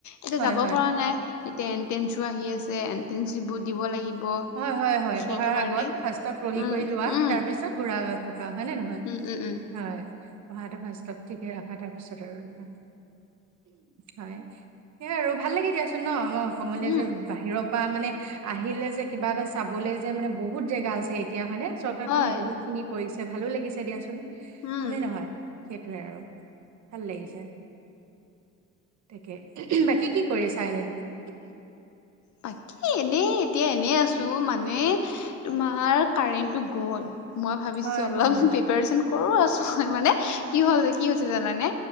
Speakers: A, on the left; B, on the right.
A: এতিয়া
B: হয়
A: যাব
B: হয়
A: পৰা নাই। এতিয়া এনট্ৰেঞ্চো আহি আছে এনট্ৰেঞ্চ ব দিব লাগিব। <inaudible>
B: হয় হয় হয়।
A: সেইটো
B: পঢ়াৰ
A: কাৰণে
B: আগত ফাৰ্ষত পঢ়ি
A: উম
B: কৰি লোৱা
A: উম
B: তাৰ পিছত ঘুৰা পকা হয় নে নহয়?
A: উম উম উম
B: হয় পঢ়াটো ফাৰ্ষষ্টত ঠিকে আখা তাৰ পিছত আৰু এইবিলাক হয় সেই আৰু ভাল লাগে দিয়াচোন ন। আমাৰ অসমলে
A: উম
B: যে বাহিৰৰ পৰা মানে আহিলে যে কিবা এটা চাবলে যে মানে বহুত জেগা আছে এতিয়া হয় ন। চৰকাৰখনে
A: হয়
B: বহুত খিনি কৰিছে ভালো লাগিছে দিয়াচোন।
A: উম
B: হয়নে নহয়? সেইটোৱে আৰু ভাল লাগিছে। তাকে বাকী কি কৰি আছা এনে তুমি?
A: বাকী এনে এতিয়া এনে আছো মানে তোমাৰ কাৰেণ্টটো গ'ল। মই ভাবিছো
B: হয়
A: অলপ
B: হয়
A: প্ৰিপাৰচন কৰো আছো মানে কি হল কি হৈছে জানানে?